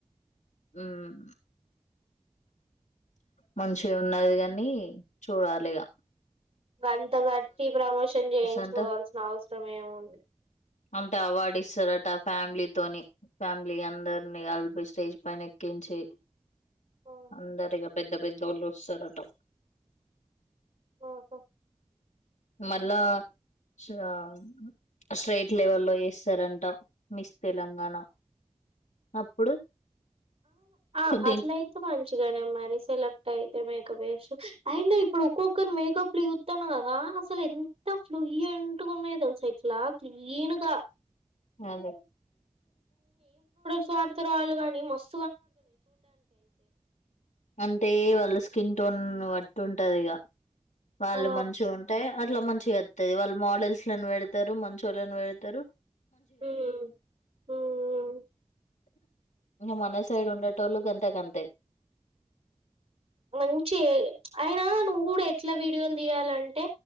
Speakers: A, on the left; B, on the right.
A: ఉమ్ మంచిగున్నది గనీ చుడాలిగా
B: గంత గట్టి ప్రమోషన్ చేయించుకోవాల్సిన
A: అంట
B: అవసరమేముంది
A: అంటే అవార్డిస్తారంట ఫ్యామిలీతోని ఫ్యామిలీ అందరిని కలిపి స్టేజ్ పైన ఎక్కించి
B: ఉమ్,
A: అందరిగా పెద్ద పెద్దోల్లోస్తరట
B: ఉమ్.
A: మళ్ళా ఆ స్టేట్ లెవెల్లో చేస్తారంట మిస్ తెలంగాణ అప్పుడు
B: ఆ
A: దీన్
B: అట్లయితే మంచిగనే మరి సెలెక్ట్ అయి మేకప్ వేస్ అయినా ఇప్పుడు ఒక్కొక్కరు మేకప్లు చూతన్నా కదా అసలేంత ఫ్లూయ్యంట్ గున్నాయో తెల్సా ఇట్ల క్లీన్ గా
A: అదే
B: స్వార్ధ్ రాళ్ళు కాని మస్
A: అంటే వాళ్ళ స్కిన్ టోన్ వాట్ ఉంటదిగా వాళ్ళు
B: ఆ
A: మంచిగుంటే అట్లా మంచిగొత్తది వాళ్ళు మోడల్స్ని పెడతరు మంచోళ్ళని వెడతరు
B: ఉమ్ ఉమ్
A: ఇగ మన సైడ్ ఉండేటోళ్ళు గంతా గంతే
B: మంచే అయినా నువ్వు కూడా ఎట్లా వె తీయాలంటే